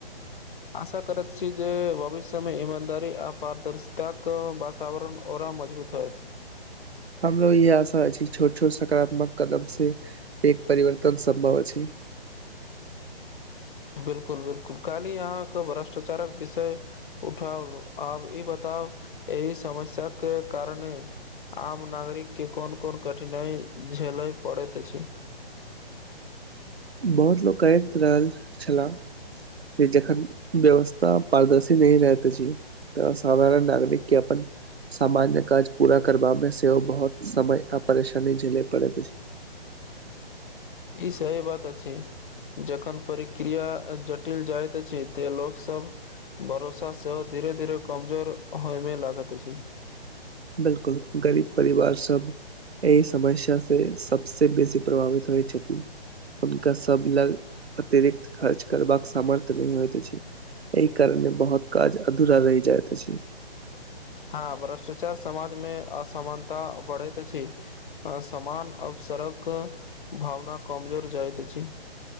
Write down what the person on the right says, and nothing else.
हमरो इहे आशा अछि छोट-छोट सकारात्मक कदम से पैघ परिवर्तन सम्भव अछि
बहुत लोक करैत रहल छैला की जखन व्यवस्था पारदर्शी नै रहैत अछि। तऽ साधारण नागरिक के अपन सामान्य काज पूरा करबा मे सेहो बहुत समय आ परेशानी झेलेै पड़ैत अछि।
बिलकुल गरीब परिवार सब एहि समस्या से सबसे बेसी प्रभावित होइ छथि। हुनका सब लग अतिरिक्त खर्च करबाक सामर्थ्य नै होइत अछि। एहि कारणे बहुत काज अधूरा रहि जायत अछि।